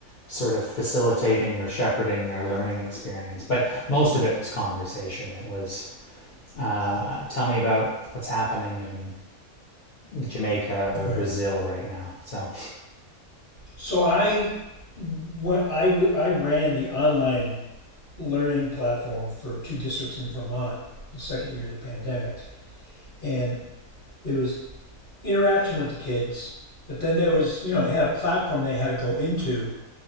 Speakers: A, on the left (about 80°); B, on the left (about 45°).
A: sort of facilitating or shepherding their learning experience but most of it was conversation it was uh, tell me about what's happening in Jamaica or
B: Right.
A: Brazil right now so
B: So I when I w- I ran the online learning platform for two districts in Vermont the second year of the pandemic, and there was interaction with the kids, but then there was you know they had a platform they had to go into